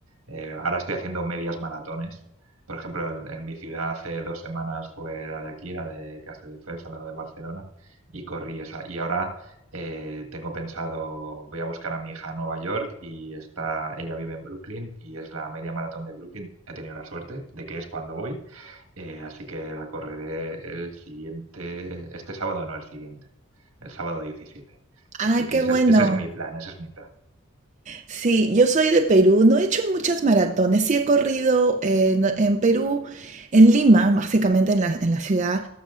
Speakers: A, on the right; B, on the right.
A: eh, ahora estoy haciendo medias maratones. Por ejemplo, en, en mi ciudad hace dos semanas fue la de aquí, la de Castelldefels, al lado de Barcelona, y corrí esa. Y ahora eh, tengo pensado, voy a buscar a mi hija a Nueva York y está, ella vive en Brooklyn y es la media maratón de Brooklyn. He tenido la suerte de que es cuando voy, eh, así que la correré el siguiente, este sábado no, el siguiente, el sábado 17.
B: Ah,
A: Así que
B: qué
A: ese
B: bueno.
A: es, ese es mi plan, ese es mi plan.
B: Sí, yo soy de Perú, no he hecho muchas maratones, sí he corrido eh, no- en Perú, en Lima, básicamente en la, en la ciudad,